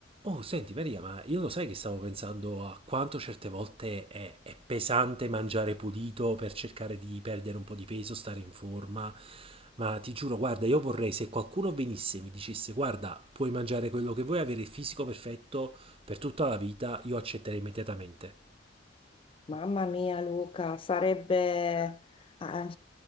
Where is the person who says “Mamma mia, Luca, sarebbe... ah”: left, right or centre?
Left